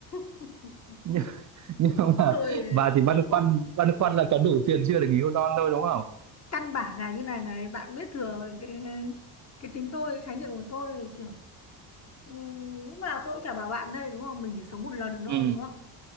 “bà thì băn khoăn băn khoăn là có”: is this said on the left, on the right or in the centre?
Right